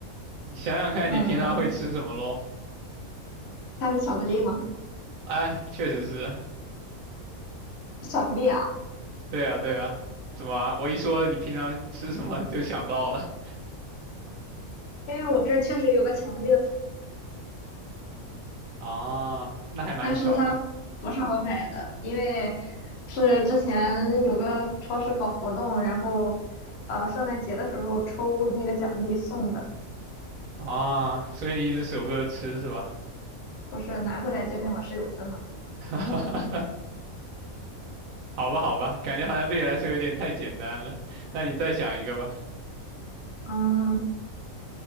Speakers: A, on the right; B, on the left.
A: 你想想看，
B: 嗯、
A: 你平常会吃什么喽？
B: 它是巧克力吗？
A: 哎，确实是，
B: 巧克力啊，
A: 对啊，对啊。怎么啊我一说你平常吃什么就想到了
B: 因为我这儿确实有个巧克力的桶，
A: <laughs> 啊？那还蛮巧的。
B: 但是它不是我买的，因为是之前有个超市搞活动，然后呃圣诞节的时候抽那个奖励送的，
A: 啊，所以你一直舍不得吃是吧？
B: 不是拿回来就跟我室友分了。
A: <laughs> 好吧，好吧，感觉好像对你来说有点太简单了。那你再想一个吧。
B: 嗯，